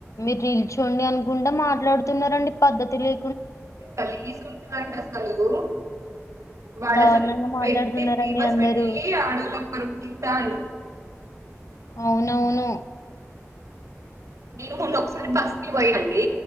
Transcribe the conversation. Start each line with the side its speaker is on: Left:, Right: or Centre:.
Left: మీరు నిల్చోండి అనుకుంటే మాట్లాడుతున్నారండి పద్ధతి లే
Right: కలిగి <unintelligible> కంట స్ల <unintelligible> వాడా
Left: దారుణంగా
Right: అసలు
Left: మాట్లాడుతున్నారండి
Right: పెట్టి ఫ్రీ బస్
Left: అందరూ
Right: పెట్టి ఆడాళ్లకు చ <unintelligible>
Left: అవునవును
Right: నేను మొన్నొ ఒకసారి బస్ కి పోయినండి